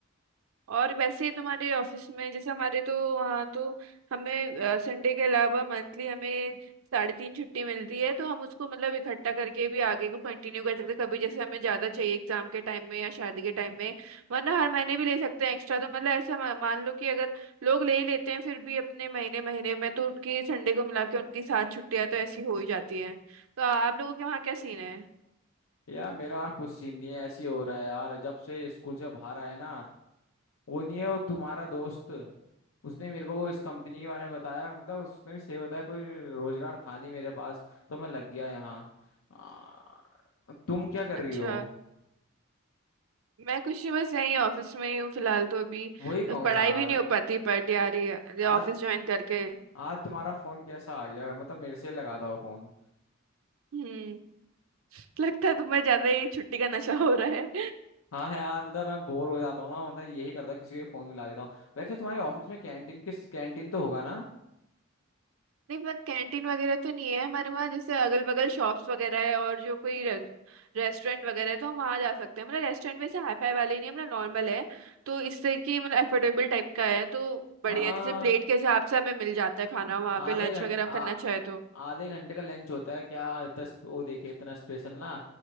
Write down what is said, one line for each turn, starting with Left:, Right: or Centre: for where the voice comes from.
Right: और वैसे तुम्हारे ऑफिस में जैसे हमारे तो वहाँ तो हमें संडे के अलावा मंथली हमें साढ़े तीन छुट्टी मिलती है तो हम उसको मतलब इकट्ठा करके भी आगे को कंटिन्यू कर सकते हैं कभी जैसे हमें ज़्यादा चाहिए एग्जाम के टाइम में या शादी के टाइम में वरना हर महीने भी ले सकते हैं एक्स्ट्रा तो मतलब ऐसा मा- मान लो कि अगर लोग ले ही लेते हैं फिर भी अपने महीने महीने में तो उनकी संडे को मिला के उनकी सात छुट्टियाँ तो ऐसी हो ही जाती हैं तो आ- आप लोगों के वहाँ क्या सीन है
Left: यार मेरा कुछ सीन नहीं है ऐसे ही हो रहा है यार जब से स्कूल से बाहर आए ना वो नहीं है वो तुम्हारा दोस्त उसने मेरे को इस कंपनी के बारे में बताया मतलब उसने भी सही बताया कोई रोजगार था नहीं मेरे पास तो मैं लग गया यहाँ आ, तुम क्या कर
Right: अच्छा
Left: रही हो
Right: मैं कुछ नहीं बस यहीं ऑफिस में ही हूँ फिलहाल तो अभी
Left: वही कहूँ
Right: तो पढ़ाई
Left: यार
Right: भी नहीं हो पाती बट यार ये ये
Left: आज
Right: ऑफिस ज्वाइन करके
Left: आज तुम्हारा फोन कैसा आ गया मतलब मेरे से लगा था वो फोन।
Right: हम्म लगता है तुम्हें ज्यादा ही छुट्टी का नशा हो रहा है
Left: हाँ है यार मतलब मैं बोर हो जाता हूँ ना मतलब यही करता हूँ किसी को फोन मिला देता हूँ वैसे तुम्हारे ऑफिस में कैंटीन किस कैंटीन तो होगा ना
Right: नहीं पर कैंटीन वगैरह तो नहीं है हमारे वहाँ जैसे अगल बगल शॉप्स वगैरह है और जो कोई रे, रेस्टोरेंट वगैरह है तो हम वहाँ जा सकते हैं मतलब रेस्टोरेंट वैसे हाई फाई वाले नहीं है, मतलब नॉर्मल है तो इससे कि मतलब अफोर्डेबल टाइप का है तो बढ़िया
Left: हाँ
Right: जैसे प्लेट के हिसाब से हमें मिल जाता है खाना वहाँ
Left: आधे
Right: पे लंच
Left: घंटे
Right: वगैरह करना चाहे तो
Left: आधे घंटे का लंच होता है क्या इतना स्प- वो देखे इतना स्पेशल ना